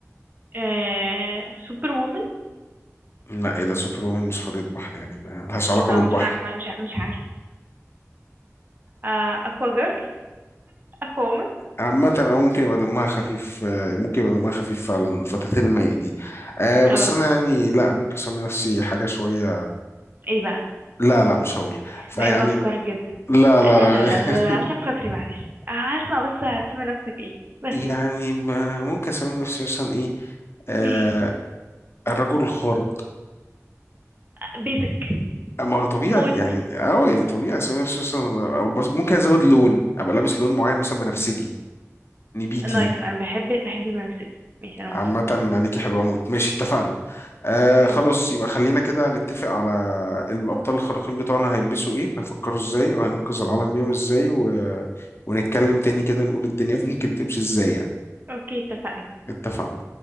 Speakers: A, on the right (about 35°); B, on the left (about 50°).
A: آه... سوبر وومن
B: لا ايه ده سوبر وومن مش حورية بحر يعني ما لهاش علاقة
A: ما
B: بالبحر
A: مش ع... ما مش ع... مش عارف آه... اكوا جيرل اكوا وومن
B: عامة أو ممكن يبقى دمها خفيف آه، ممكن يبقى دمها خفيف فعلا فتاة الماء دي
A: <laughs>
B: أه بس
A: اه
B: أنا يعني لا ممكن أسمي نفسي حاجة شوية
A: ايه بقى
B: لا لا مش هقول فيعني
A: بحب افكارك جدا
B: لا لا
A: لا لا لا
B: لا
A: لا, لا عشان
B: <laughs>
A: خاطري معلش آه، هسمع بس هتسمي نفسك ايه بس
B: يعني ما- ممكن أسمي نفسي مثلا إيه آه
A: ايه
B: الرجل الخارق
A: بيزك
B: ما هو طبيعي
A: موت
B: يعني أو يعني طبيعي أسمي نفسي مثلا أو بس- ممكن أزود لون أبقى لابس لون معين مثلا بنفسجي نبيتي
A: نايس انا بحب بحب المنسك ماشي انا
B: عامة
A: موافقة
B: نانيكي حلوة موت ماشي اتفقنا آه
A: امم
B: خلاص يبقى خلينا كده نتفق على الأبطال الخارقين بتوعنا هيلبسوا ايه هيفكروا ازاي وهننقذ العالم بيهم ازاي و... ونتكلم تاني كده نقول الدنيا <laughs> ممكن تمشي ازاي يعني
A: اوكي اتفقنا
B: اتفقنا